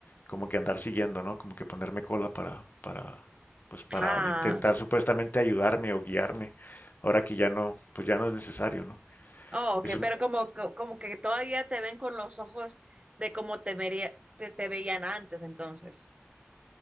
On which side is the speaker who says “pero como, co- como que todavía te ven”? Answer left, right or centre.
Right